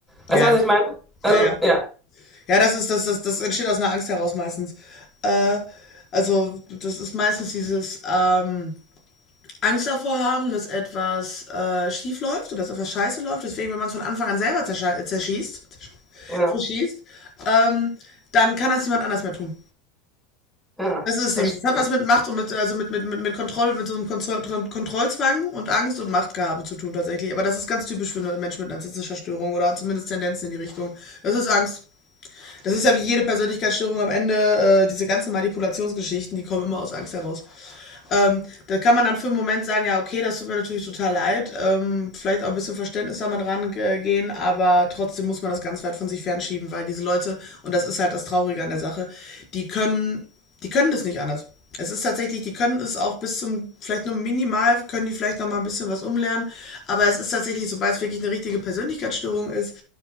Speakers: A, on the left; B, in the centre.
A: Ja,
B: Weißt du, was ich meine? Also,
A: ja, ja.
B: ja,
A: Ja, das ist, das, das, das entsteht aus einer Angst heraus meistens. Äh, also, das ist meistens dieses ähm, Angst davor haben, dass etwas äh, schief läuft oder dass etwas scheiße läuft. Deswegen, wenn man es von Anfang an selber zersche- zerschießt, zersch-
B: ja,
A: <laughs> zerschießt, ähm, dann kann das niemand anders mehr tun.
B: ja,
A: Das ist es
B: das
A: nämlich.
B: stimmt.
A: Das hat was mit Macht und mit, also mit, mit, mit, mit Kontrolle, mit so einem Kontroll, Tron- Kontrollzwang und Angst und Machtgehabe zu tun tatsächlich. Aber das ist ganz typisch für Menschen mit narzisstischer Störung oder zumindest Tendenzen in die Richtung. Das ist Angst. Das ist ja wie jede Persönlichkeitsstörung am Ende, äh, diese ganzen Manipulationsgeschichten, die kommen immer aus Angst heraus. Ähm, da kann man dann für einen Moment sagen, ja, okay, das tut mir natürlich total leid, ähm, vielleicht auch ein bisschen Verständnis damit rangehen, aber trotzdem muss man das ganz weit von sich fernschieben, weil diese Leute, und das ist halt das Traurige an der Sache, die können, die können das nicht anders. Es ist tatsächlich, die können es auch bis zum, vielleicht nur minimal, können die vielleicht noch mal ein bisschen was umlernen, aber es ist tatsächlich, sobald es wirklich eine richtige Persönlichkeitsstörung ist,